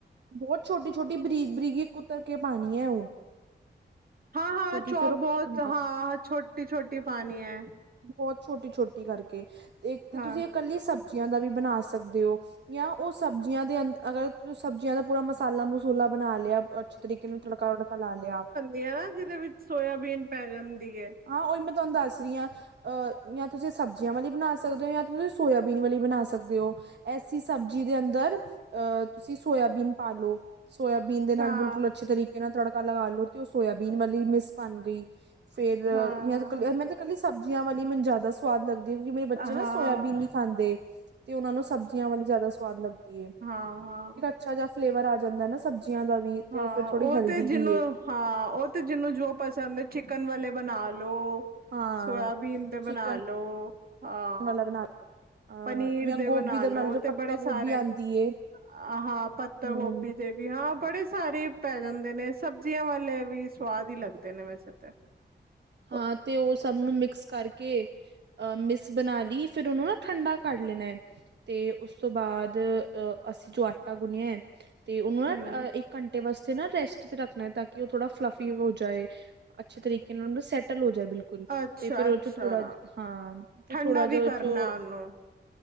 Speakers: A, on the right (about 70°); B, on the right (about 55°).
A: ਬਹੁਤ ਛੋਟੀ-ਛੋਟੀ ਬਰੀਕ-ਬਰੀਕ ਕੁਤਰ ਕੇ ਪਾਣੀ ਹੈ। ਉਹ
B: ਹਾਂ-ਹਾਂ
A: ਕਿਉਂਕਿ
B: ਚੌਪ
A: ਫਿਰ ਉਹ
B: ਬਹੁਤ
A: ਹਾਂ
B: ਹਾ। ਛੋਟੀ-ਛੋਟੀ ਪਾਣੀ ਐ।
A: ਬਹੁਤ ਛੋਟੀ-ਛੋਟੀ ਕਰਕੇ ਤੇ ਇੱਕ ਤੇ
B: ਹਾਂ
A: ਤੁਸੀਂ ਇਕੱਲੀ ਸਬਜ਼ੀਆਂ ਦਾ ਵੀ ਬਣਾ ਸਕਦੇ ਓ। ਜਾਂ ਉਹ ਸਬਜ਼ੀਆਂ ਦੇ ਅ ਅਗਰ ਤੁਸੀ ਸਬਜ਼ੀਆਂ ਦਾ ਪੂਰਾ ਮਸਾਲਾ ਮਸੂਲਾ ਬਣਾ ਲਿਆ। ਅੱਛੇ ਤਰੀਕੇ ਨਾਲ ਤੜਕਾ ਵੜਕਾ ਲਾ ਲਿਆ।
B: ਏ ਆ ਨਾ ਜਿਦੇ ਵਿੱਚ ਸੋਇਆਬੀਨ ਪੈ ਜਾਂਦੀ ਏ।
A: ਹਾਂ ਉਹੀ ਮੈਂ ਤੁਹਾਨੂੰ ਦੱਸ ਰਹੀ ਹਾਂ ਆ। ਅਹ ਜਾਂ ਤੁਸੀਂ ਸਬਜ਼ੀਆਂ ਵਾਲੀ ਬਣਾ ਸਕਦੇ ਹੋ ਜਾਂ ਤੁਸੀਂ ਸੋਇਆਬੀਨ ਵਾਲੀ ਬਣਾ ਸਕਦੇ ਹੋ। ਐਸੀ ਸਬਜ਼ੀ ਦੇ ਅੰਦਰ ਅਹ ਤੁਸੀਂ ਸੋਇਆਬੀਨ ਪਾ ਲੋ। ਸੋਇਆਬੀਨ ਦੇ ਨਾਲ
B: ਹਾਂ
A: ਬਿਲਕੁਲ ਅੱਛੇ ਤਰੀਕੇ ਨਾਲ ਤੜਕਾ ਲਗਾ ਲ ਲੋ ਤੇ ਉਹ ਸੋਇਆਬੀਨ ਵਾਲੀ ਮਿਸ ਬਣ ਗਈ। ਫਿਰ
B: ਹਾਂ
A: ਕੱਲ ਮੈਂ ਤਾਂ ਇਕੱਲੀ ਸਬਜ਼ੀਆਂ ਵਾਲੀ ਮੈਨੂੰ ਜ਼ਿਆਦਾ ਸ ਸਵਾਦ ਲੱਗਦੀ ਕਿਉਕਿ ਮੇਰੇ ਬੱਚੇ
B: ਹਾਂ
A: ਨਾ ਸੋਇਆਬੀਨ ਨਹੀਂ ਖਾਂਦੇ। ਤੇ ਉਹਨਾ ਨੂੰ ਸਬਜ਼ੀਆਂ ਵਾਲੀ ਜ਼ਿਆਦਾ ਸੁਵਾਦ ਲੱਗਦੀ ਏ।
B: ਹਾਂ-ਹਾਂ
A: ਅੱਛਾ ਜਾ ਫਲੇਵਰ ਆ ਜਾਂਦਾ ਨਾ ਸਬਜ਼ੀਆਂ ਦਾ ਵੀ ਅਤੇ
B: ਹਾਂ
A: ਉਹ ਫਿਰ ਥੋੜ੍ਹੀ ਹੈਲਦੀ
B: ਤੇ ਜਿਹਨੂੰ
A: ਵੀਏ।
B: ਹਾਂ ਉਹ ਤੇ ਜਿਹਨੂੰ ਜੋ ਪਸੰਦ ਹੈ ਚਿਕਨ ਵਾਲੇ ਬਣਾ ਲ ਲੋ
A: ਹਾਂ
B: ਸੋਇਆਬੀਨ ਦੇ ਬਣਾ
A: ਚਿਕਨ
B: ਲੋ ਆ।
A: ਵਾਲਾ ਬਣਾ ਅ
B: ਪਨੀਰ
A: ਜਾਂ
B: ਦੇ
A: ਗੋਭੀ
B: ਬਣਾ
A: ਦਾ
B: ਲੋ
A: ਲਓ ਜੋ
B: ਤੇ
A: ਪੱਤਾ
B: ਬੜੇ ਸਾਰੇ
A: ਗੋਭੀ ਆਉਂਦੀ ਏ
B: ਹਾਂ ਅ ਪੱਤਾ
A: ਹਮ
B: ਗੋਭੀ ਦੇ ਵੀ ਹਾਂ ਬੜੇ ਸਾਰੇ ਪੈ ਜਾਂਦੇ ਨੇ ਸਬਜ਼ੀਆਂ ਵਾਲੇ ਵੀ ਸਵਾਦ ਹੀ ਲੱਗਦੇ ਨੇ ਵੈਸੇ ਤੇ <inaudible>
A: ਹਾਂ ਤੇ ਉਹ ਸਭ ਨੂੰ ਮਿਕਸ ਕਰ ਕੇ ਅਹ ਮਿਸ ਬਣਾ ਲਈ ਫਿਰ ਉਹਨੂੰ ਨਾ ਠੰਡਾ ਕਢ ਲੈਣਾ ਏ। ਤੇ ਉਸ ਤੋਂ ਬਾਅਦ ਅਹ ਅਸੀਂ ਜੋ ਆਟਾ ਗੁਣਿਆ ਹੈ ਤੇ ਉਹਨੂੰ ਨਾ
B: ਹਮ
A: ਅ ਇੱਕ ਘੰਟੇ ਵਾਸਤੇ ਨਾ ਰੈਸਟ ਤੇ ਰੱਖਣਾ ਹੈ ਤਾਂ ਕਿ ਉਹ ਥੋੜਾ ਫਲਫੀ ਹੋ ਜਾਏ ਅੱਛੇ ਤਰੀਕੇ ਨਾਲ ਉ ਸੈਟਲ ਹੋ ਜਾਏ ਬਿਲਕੁਲ
B: ਅੱਛਾ
A: ਤੇ ਫਿਰ ਉਹ
B: ਅੱਛਾ
A: 'ਚੋਂ ਥੋੜਾ ਹਾਂ ਫਿਰ
B: ਠੰਡਾ
A: ਥੋੜਾ ਜਿਹਾ
B: ਵੀ ਕਰਨਾ
A: ਉਹ 'ਚੋਂ
B: ਉਹਨੂੰ